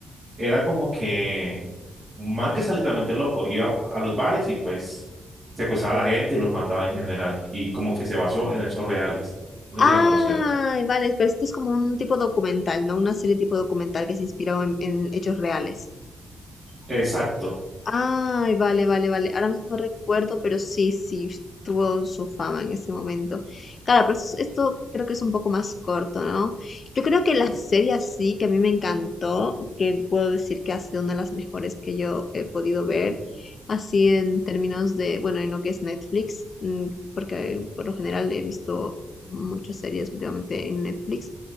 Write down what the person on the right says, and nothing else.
era como que un man que está literalmente loco, iba a los bares y pues secuestraba a la gente y los mataba en general y como que se basó en hechos reales. No sé
si la conozcas.
Exacto.